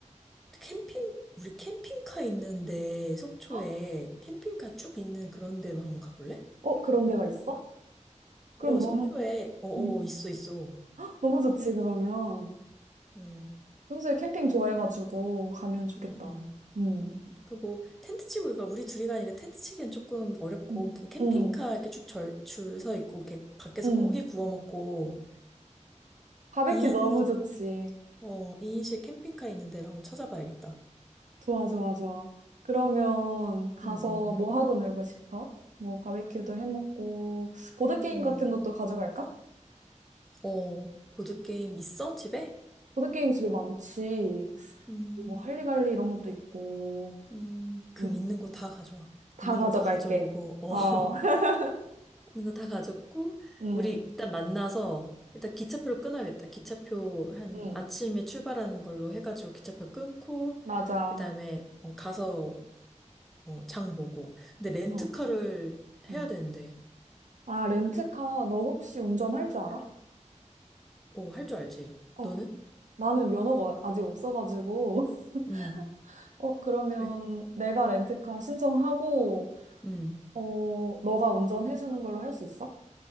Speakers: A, in the centre; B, on the right.
A: 캠핑, 우리 캠핑카 있는데, 속초에
B: 헉,
A: 캠핑카 쭉 있는 그런 데로 한번 가볼래?
B: 어, 그런 데가 있어? 그럼
A: 어, 속초에,
B: 너무
A: 어,
B: 음.
A: 어, 있어, 있어.
B: 헉, 너무 좋지 그러면.
A: 음,
B: 평소에 캠핑 좋아해가지고 가면 좋겠다.
A: 음, 음.
B: 음.
A: 음, 그 뭐, 텐트 치고, 이거 우리 둘이 가니까 텐트 치기엔 조금 어렵고,
B: 음.
A: 그 캠핑카
B: 음.
A: 이렇게 쭉 절, 줄 서 있고, 이렇게 밖에서
B: 음.
A: 고기 구워 먹고,
B: 바베큐
A: 2인,
B: 너무 좋지.
A: 어, 2인실 캠핑카 있는 데를 한번 찾아봐야겠다.
B: 좋아, 좋아, 좋아. 그러면 가서
A: 음, 음,
B: 뭐 하고 놀고 싶어? 뭐 바베큐도 해 먹고 보드게임
A: 음.
B: 같은 것도 가져갈까?
A: 어, 보드게임 있어? 집에?
B: 보드게임 집에 많지.
A: 음.
B: 뭐, 할리갈리 이런 것도 있고.
A: 음, 금
B: 응,
A: 있는 거 다 가져와.
B: 다
A: 있는
B: 가져갈게.
A: 거 다 가져오고, 어,
B: 어,
A: <laughs>
B: <laughs>
A: 있는 거 다 가졌고,
B: 응,
A: 우리 일단 만나서, 일단 기차표로 끊어야겠다. 기차표 한
B: 응,
A: 아침에 출발하는 걸로 해가지고 기차표 끊고,
B: 맞아.
A: 그 다음에 어, 가서 어, 장 보고. 근데 렌트카를
B: 어, 응.
A: 해야 되는데,
B: 아, 렌트카, 너 혹시 운전할 줄 알아?
A: 어, 할 줄 알지?
B: 어,
A: 너는?
B: 나는 면허가 아직 없어가지고.
A: 응,
B: <laughs> 어, 그러면
A: 그래?
B: 내가 렌트카 신청하고,
A: 응.
B: 어, 너가 운전해주는 걸로 할 수 있어?